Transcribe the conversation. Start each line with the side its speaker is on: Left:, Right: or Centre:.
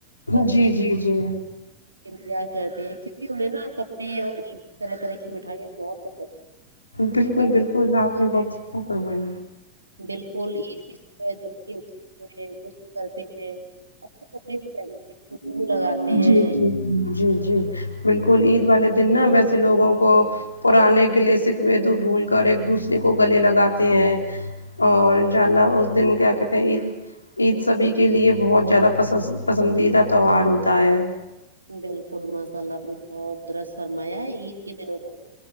Right: بچے
Left: جی
Right: اس
Left: جی جی
Right: انتظار کرتے ہیں کیونکہ انہیں نا کپڑے اور عیدی طرح طرح کے کی مٹھائیاں بہت پسند ہیں
Left: بالکل
Right: اور
Left: بالکل آپ
Right: صبح-
Left: نے بہت صحیح فرما یا
Right: بالکل عید کی صبح جلدی اٹھتے ہیں لطف کرتے ہیں اچھے کپڑے پہنتے خوشبو لگاتے ہیں
Left: جی جی جی جی جی بالکل عید والے دن نا ویسے لوگوں کو پرانے گلے شکوے تو بھول کر ایک دوسرے کو گلے لگاتے ہیں اور ان شاء اللہ اس دن کیا کہتے ہیں عید عید سبھی کے لیے بہت زیادہ پسند پسند پسندیدہ تہوار ہوتا ہے
Right: بالکل ماشاء اللہ آپ نے بہت درست فرمایا ہے عید کے دنوں میں